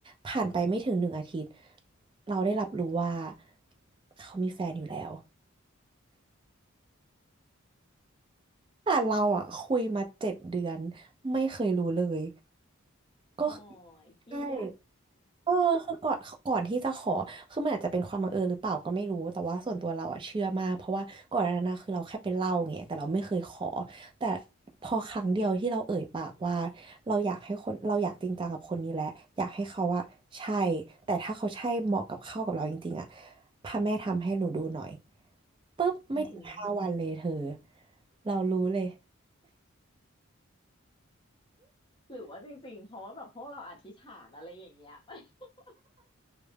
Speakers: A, on the right (about 20°); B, on the left (about 20°).
A: ผ่านไปไม่ถึงหนึ่งอาทิตย์เราได้รับรู้ว่าเขามีแฟนอยู่แล้วแต่เราอ่ะคุยมาเจ็ดเดือนไม่เคยรู้เลย
B: โอ้
A: ก็คือ
B: ยเกลียด
A: ใช่ เออคือก่อนก่อนที่จะขอคือมันอาจจะเป็นความบังเอิญหรือเปล่าก็ไม่รู้แต่ว่าส่วนตัวเราอะเชื่อมากเพราะว่าก่อนหน้านั้นนะคือเราแค่ไปเล่าไงแต่เราไม่เคยขอแต่พอครั้งเดียวที่เราเอ่ยปากว่าเราอยากให้คนเราอยากจริงจังกับคนนี้แหละอยากให้เขาอะใช่แต่ถ้าเขาใช่เหมาะกับเข้ากับเราจริงๆอะพระแม่ทำให้หนูดูหน่อยปุ๊บไม่ถึงห้าวันเลยเธอ
B: อือหือ
A: เรารู้เลย
B: หรือว่าจริงๆ เพราะว่าแบบพวกเราอธิษฐานอะไรอย่างเงี้ย <laughs>